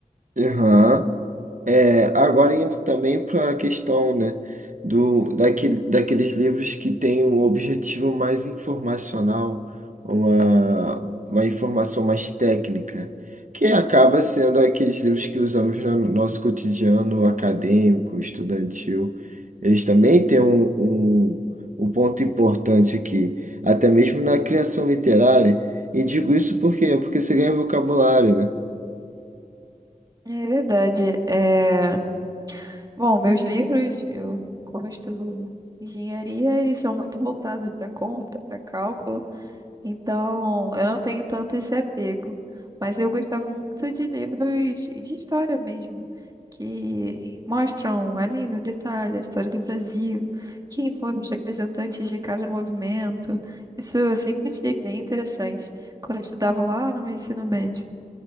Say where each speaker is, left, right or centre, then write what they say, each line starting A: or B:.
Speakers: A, on the right (about 60°); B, on the right (about 25°).
A: Aham. É, agora indo também para a questão, né, do, daquele, daqueles livros que têm um objetivo mais informacional, uma, uma informação mais técnica, que acaba sendo aqueles livros que usamos no nosso cotidiano acadêmico, estudantil. Eles também têm um, um, um ponto importante aqui, até mesmo na criação literária. E digo isso por quê? Porque você ganha vocabulário, né?
B: É verdade. É... Bom, meus livros, eu, como eu estudo engenharia, eles são muito voltados para conta, para cálculo. Então, eu não tenho tanto esse apego, mas eu gostava muito de livros de história mesmo, que mostram ali no detalhe a história do Brasil, quem foram os representantes de cada movimento. Isso eu sempre achei bem interessante quando eu estudava lá no meu ensino médio.